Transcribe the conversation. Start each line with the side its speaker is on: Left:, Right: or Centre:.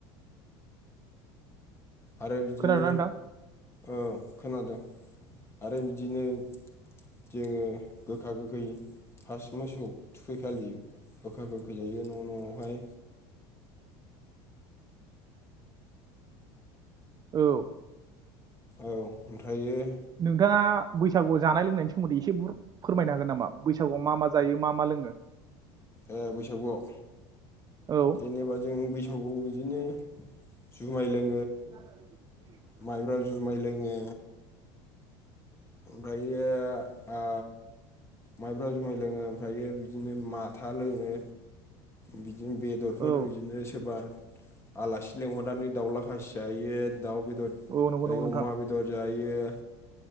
Left: आरो बिदिनो
Right: खोनादोंना नोंथां
Left: औ खोनादों आरो बिदिनो जोङो गोखा गोखै फास्ट मोसौ थुखै खालि गोखा गोखै जायो न' न'आवहाय
Right: औ
Left: औ ओमफ्रायो
Right: नोंथाङा बैसागुआव जानाय लोंनायनि सो मोन्दै एसे बुर फोरमायनो हागोन नामा? बैसागुआव मा मा जायो मा मा लोङो।
Left: ए बैसागुआव?
Right: औ
Left: जेनेबा जों बैसागुआव बिदिनो जुमाय लों
Right: <inaudible>
Left: माइब्रा जुमाय लोङो। ओमफ्रायो ओ माइब्रा जुमाय लोङो, ओमफ्रायो बिदिनो माथा लोङो, बि दिनो बेदरफोर
Right: औ
Left: बिदिनो सोरबा आलासि लेंंहरनानै दाउला खासि जायो। दाउ बेदद
Right: औ नंगौ
Left: जायो,
Right: नंगौ नोंथां
Left: अमा बेदर जायो। यो।